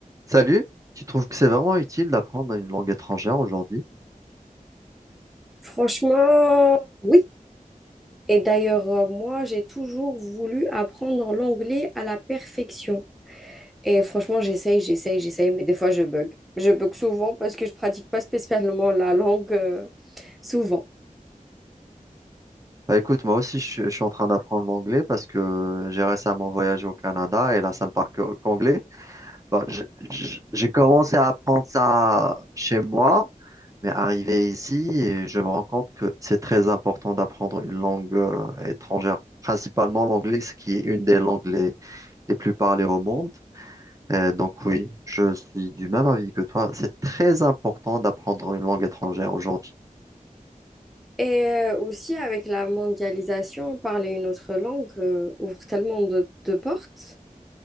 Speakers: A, on the right; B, in the centre.
A: Salut, tu trouves que c'est vraiment utile d'apprendre une langue étrangère aujourd'hui?
B: Franchement, oui. Et d'ailleurs, euh, moi, j'ai toujours voulu apprendre l'anglais à la perfection. Et franchement, j'essaye, j'essaye, j'essaye, mais des fois, je bug. Je bug souvent parce que je pratique pas spécialement la langue, euh, souvent.
A: Bah écoute, moi aussi je, suis je suis en train d'apprendre l'anglais parce que j'ai récemment voyagé au Canada et là ça ne parle que- qu'anglais. Bah, je- je- j'ai commencé à apprendre ça chez moi, mais arrivé ici, et je me rends compte que c'est très important d'apprendre une langue euh, étrangère, principalement l'anglais, ce qui est une des langues les, les plus parlées au monde. Euh, donc oui, je suis du même avis que toi, c'est très important d'apprendre une langue étrangère aujourd'hui.
B: Et euh, aussi, avec la mondialisation, parler une autre langue, euh, ouvre tellement de, de portes,